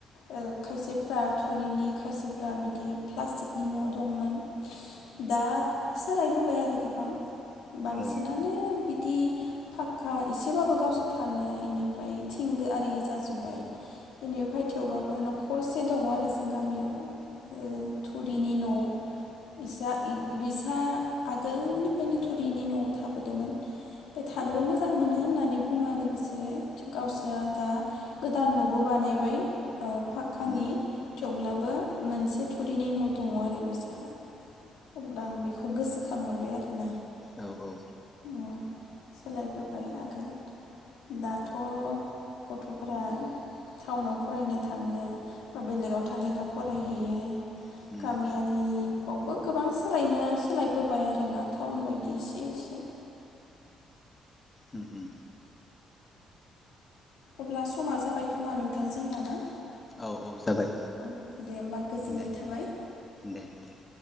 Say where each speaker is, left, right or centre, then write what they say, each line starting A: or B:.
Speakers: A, on the left (about 85°); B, on the left (about 20°).
A: औ खायसेफोरा थुरिनि खायसे फोरा बिदि प्लास्टिकनि न दंमोन दा सोलायबोबाय आरो गोबां बांसिनानो
B: औ
A: बिदि फाखका एसेबाबो गावसोर थानो एनिफ्राय थिंग आरि जाजोबबाय बेनिफाय थेवबाबो नखरसे दङ आरो जों गामियाव औ थुरिनि न न इसा इद बिसा आगोलनिफ्रायनो थुरिनि नआव थाबोदोंमोन ओमफ्राय थानोबो मोजां मोनो होननानै बुङो आरो बिसोरो गावसोरा दा गोदान नबो बानायबाय औ पाखक्कानि
B: उम
A: थेवब्लाबो मोनसे थुरिनि न दङ आरो बिसा अब्ला आं बेखौ गोसोखांहरबाय आरोना
B: औ औ
A: ओम सोलायबोबाय आगोल दाथ गथफोरा टाउनाव फरायनो थाङो बा बेलेगाव थाहैना फरायहैयो
B: उम
A: गामियारि बेवबो गोबां सोलायनो सोलायबोबाय आरोना टाउन बायदि एसे एसे
B: उम
A: अब्ला समा जाबाय खोमा नोंथां जोंना ना
B: औ औ जाबाय
A: औ दे होमबा गोजोननाय
B: दे
A: थाबाय
B: दे दे